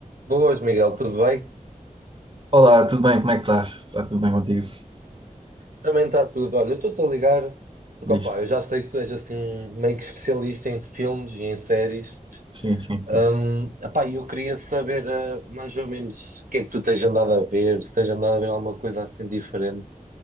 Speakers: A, on the right; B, on the right.
A: Boas, Miguel, tudo bem?
B: Olá, tudo bem? Como é que estás? Está tudo bem contigo?
A: Também está tudo. Olha, eu estou-te a ligar porque,
B: Diz.
A: opá, eu já sei que tu és assim meio que especialista em filmes e em séries.
B: Sim, sim, sim.
A: Hum, epá, e eu queria saber eh, mais ou menos o que é que tu tens andado a ver, se tens andado a ver alguma coisa assim diferente,